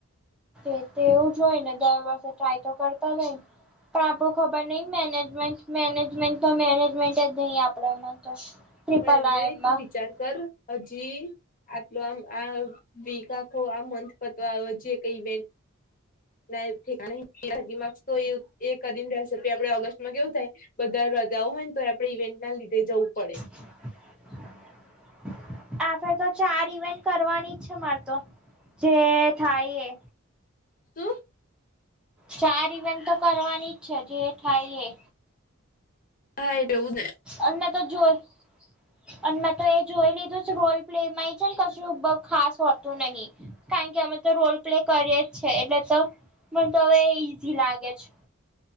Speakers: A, in the centre; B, on the left.
A: એ તો એવું જ હોય ને દર વર્ષે ટ્રાય તો કરતા જ હોય ને પણ આપણું ખબર નથી મેનેજમેન્ટ જ નથી આપણા તો
B: પણ એમ
A: આઈમાં
B: નહીં તો વિચાર કર હજી આટલું આમ આ આ મંથ પતવા આયો જે કંઈ આપડે ઓગસ્ટમાં કેવું થાય છે. બધી રજાઓ હોય ને તો પણ આપણે ઈવેન્ટના લીધે જવું પડે.
A: <unintelligible> આે તો ચાર ઇવેન્ટ કરવાની છે મારે તો જે થાય એ
B: તો
A: ચાર ઇવેન્ટ તો કરવાની જ છે જે થાય એ.
B: હા એવુંજ ને.
A: અને મેં તો જોયું અને મેં તો એ જોઈ લીધું છે રોલ પ્લેમાંય છે ને કશું ખાસ હોતું નથી કારણ કે અમે તો રોલ પ્લે કરીએ જ છે એટલે તો મને તો હવે ઈઝી લાગે છે.